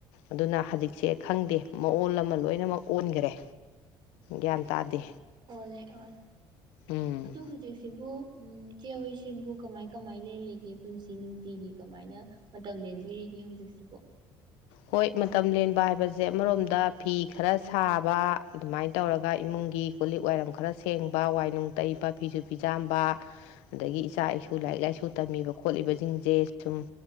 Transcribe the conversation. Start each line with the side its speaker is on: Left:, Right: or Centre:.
Left: ꯑꯗꯨꯅ ꯍꯧꯖꯤꯛꯁꯦ ꯈꯪꯗꯦ ꯃꯑꯣꯜ ꯑꯃ ꯂꯣꯏꯅꯃꯛ ꯑꯣꯟꯈꯔꯦ ꯒ꯭ꯌꯥꯟ ꯇꯥꯗꯦ
Right: ꯑꯣꯂꯦ ꯑꯣ
Left: ꯎꯝ
Right: ꯑꯗꯨ ꯍꯧꯖꯤꯛꯁꯤꯕꯨ ꯎꯝ ꯆꯦꯍꯣꯏꯁꯤꯕꯨ ꯀꯃꯥꯏ ꯀꯃꯥꯏ ꯂꯜꯂꯤꯒꯦ ꯄꯨꯟꯁꯤ ꯅꯨꯡꯇꯤꯒꯤ ꯀꯃꯥꯏꯅ ꯃꯇꯝ ꯂꯦꯟꯕꯤꯔꯤꯒꯦ ꯍꯧꯖꯤꯛꯁꯤꯕꯨ
Left: ꯍꯣꯏ ꯃꯇꯝ ꯂꯦꯟꯕ ꯍꯥꯏꯕꯁꯦ ꯑꯃꯔꯣꯝꯗ ꯐꯤ ꯈꯔ ꯁꯥꯕ ꯑꯗꯨꯃꯥꯏꯅ ꯇꯧꯔꯒ ꯏꯃꯨꯡꯒꯤ ꯀꯣ ꯂꯤꯛ ꯋꯥꯏꯔꯝ ꯈꯔ ꯁꯦꯡꯕ ꯋꯥꯏ ꯅꯨꯡ ꯇꯩꯕ ꯐꯤꯁꯨ ꯐꯤꯖꯥꯝꯕ ꯑꯗꯒꯤ ꯏꯆꯥ ꯏꯁꯨ ꯂꯥꯏꯔꯤꯛ ꯂꯥꯏꯁꯨ ꯇꯝꯃꯤꯕ ꯈꯣꯠꯂꯤꯕꯁꯤꯡꯁꯦ ꯁꯨꯝ